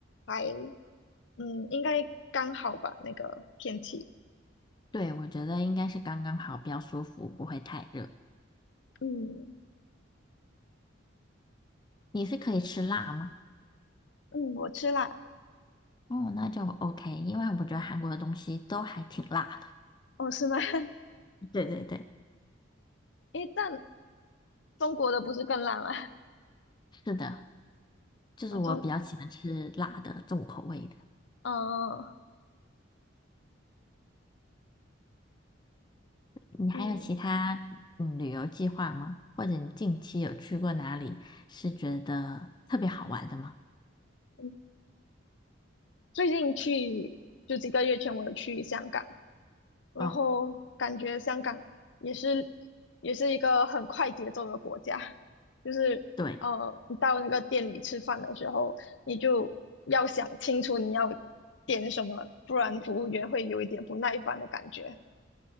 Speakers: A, on the left; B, on the left.
A: 还嗯应该刚好吧那个天气。
B: 对，我觉得应该是刚刚好，比较舒服，不会太热。
A: 嗯
B: 你是可以吃辣吗？
A: 嗯，我吃辣
B: 哦，那就 OK，因为我觉得韩国的东西都还挺辣的。
A: 哦，是吗？<laughs>
B: 对对对，
A: 诶，但中国的不是更烂吗？<laughs>
B: 是的，就是我比较喜欢吃辣的重口味的。
A: 啊，中，嗯、
B: 你还有其他嗯旅游计划吗？
A: 嗯
B: 或者你近期有去过哪里是觉得特别好玩的吗？
A: 嗯，最近去就几个月前我有去香港，然后感觉香港也是也是一个很快节奏的国家，
B: 哦，
A: 就是呃，
B: 对，
A: 你到那个店里吃饭的时候，你就要想清楚你要点什么，不然服务员会有一点不耐烦的感觉。